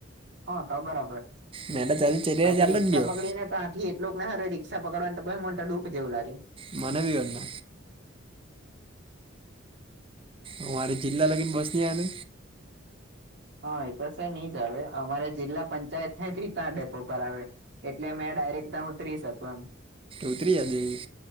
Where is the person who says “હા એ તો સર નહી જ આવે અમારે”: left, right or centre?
Right